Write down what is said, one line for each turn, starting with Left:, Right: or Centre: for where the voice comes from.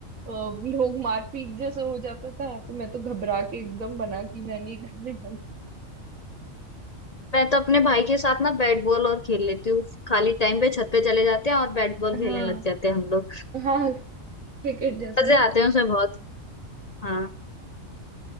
Right: अ, लोग मारपीट जैसे हो जाता था तो मैं तो घबरा के एकदम बना कि मैं नहीं करने वाली
Left: मैं तो अपने भाई के साथ ना बैट बॉल और खेल लेती हूँ खाली टाइम पे छत पे चले जाते हैं और बैट बॉल खेलने
Right: हाँ
Left: लग जाते हैं हम लोग
Right: हाँ क्रिकेट जैसा
Left: मजे
Right: ना
Left: आते हैं उसमें बहुत हाँ